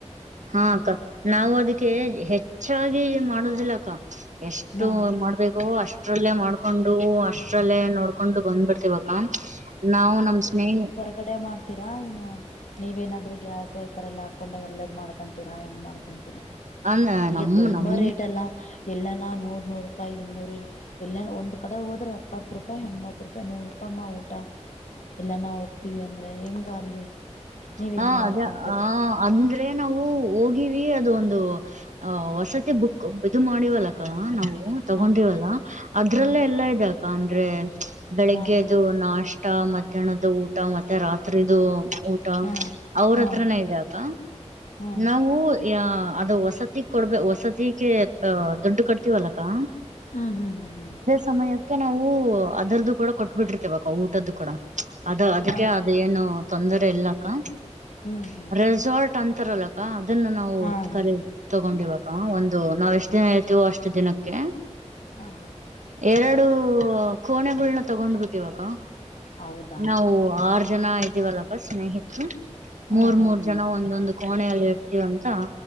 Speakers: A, on the right; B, on the left.
A: ಹಾ ಅಕ್ಕಾ ನಾವು ಅದಕ್ಕೆ ಹೆಚ್ಚಾಗಿ ಮಾಡುದಿಲ್ಲಾ ಅಕ್ಕಾ ಎಷ್ಟು
B: ಹಾ
A: ಮಾಡ್ಬೇಕು ಅಷ್ಟ್ರಲ್ಲೇ ಮಾಡ್ಕೊಂಡು ಅಷ್ಟ್ರಲ್ಲೇ ನೋಡ್ಕೊಂಡು ಬಂದ್ಬಿಡ್ತೇವ ಹಾ ನಮ ಸ್ನೇಹಿತ್
B: ಗಡೆ ಮಾಡ್ತೀರಾ ಏನ್ನು ನೀವೇನಾದ್ರು ಗ್ಯಾಸ್ ಈ ತರಾ ಎಲ್ಲಾ ಹಾಕೊಂಡ ಎಲ್ಲಾ ಮಾಡ್ಕೊಂತೀರಾ ಹೆಂಗ್ ಮಾಡ್ಕೊಂತೀರಿ
A: ಅಂದ
B: ಈಗ
A: ನಮ್
B: ತುಂಬಾ
A: ನಮ್
B: ರೇಟ್ ಅಲ್ಲಾ ಎಲ್ಲಾನು ನೂರ್ ನೂರ್ ರೂಪಾಯಿ ಇನ್ನೂರು ಎಲ್ಲಾ ಒಂದ್ ಕಡೆ ಹೋದ್ರೆ ಎತ್ತು ರೂಪಾಯಿ ಎಂಬತ್ತು ರೂಪಾಯಿ ನೂರು ರೂಪಾಯಿ. ಅಪ್ಪಮ್ಮ ಊಟಾ ಎಲ್ಲಾ ನಾ ಹೋಗ್ತಿವಿ ಅಂದ್ರೆ ಹೆಂಗ ಅಲ್ಲಿ ನೀವ್
A: ಹಾ
B: ಹೆಂಗ್
A: ಅದೇ
B: ಮಾಡ್ಕೊಂತೀರಿ
A: ಹ ಅಂದ್ರೆ ನಾವು ಹೋಗಿವಿ ಅದು ಒಂದು ಆಹ
B: ಹಾ
A: ವಸತಿ ಬುಕ್ ಇದು ಮಾಡಿವಲ್ಲಕ್ಕಾ ನಾವು ತಗೊಂಡಿವಲ್ಲಾ
B: ಹಾ
A: ಅದ್ರಲ್ಲೇ
B: ಹ್ಮ್
A: ಎಲ್ಲಾ ಇದೇ ಅಂದ್ರೆ ಬೆಳಿಗ್ಗೆದು
B: ಹಾ ಹಾ
A: ನಾಷ್ಟಾ ಊಟಾ ಮಧ್ಯಾಹ್ನದ ಊಟಾ ಮತ್ತೆ ರಾತ್ರಿದು ಊಟಾ
B: ಹಾ
A: ಅವ್ರ
B: ಹಾ
A: ಹತ್ರನ ಇದ್ಯಾಅಕ್ಕಾ
B: ಹಾ
A: ನಾವು ಯ ಅದು ವಸತಿಗ್ ಕೊಡ್ಬ ವಸತಿಗೆ ದುಡ್ಡು ಕಟ್ತಿವಲ್ಲಕ್ಕಾ
B: ಹುಂ ಹುಂ ಹುಂ
A: ಸಮಯಕ್ಕೆ ನಾವು ಅದರದ್ದು ಕೂಡ ಕೊಟ್ಬಿಟ್ಟಿರ್ತೇವಕಾ ಊಟದ್ದು ಕೂಡ ಅದ ಅದಕ್ಕೆ
B: ಹ
A: ಅ ಏನು ತೊಂದರೆ ಇಲ್ಲಕ್ಕಾ
B: ಹ್ಮ್ ಹ್ಮ್
A: ರೆಸಾರ್ಟ್ ಅಂತಾರಲ್ಲಕ್ಕಾ ಅದನ್ನ ನಾವು
B: ಹಾ ಹ್ಮ್
A: ಕರ ತಗೊಂಡಿವ ಅಕ್ಕಾ ಒಂದು ನಾವ್ ಎಷ್ಟ್ ದಿನ ಹೇಳ್ತೀವೋ ಅಷ್ಟ್ ದಿನಕ್ಕೆ
B: ಆ ಹಾ
A: ಎರಡು ಕೋಣೆಗಳನ್ನ ತಗೊಂಡ್ಬಿಟ್ಟಿವಕ್ಕ.
B: ಹೌದಾ
A: ನಾವು ಆರು ಜನ ಇದ್ದೀವಲ್ಲಕ್ಕ ಸ್ನೇಹಿತರು.
B: ಹ್ಮ್
A: ಮೂರ್
B: ಹ್ಮ್
A: ಮೂರ್
B: ಹ್ಮ್
A: ಜನ ಒಂದೊಂದು ಕೋಣೆಯಲ್ಲಿ ಇರ್ತೀವಂತ.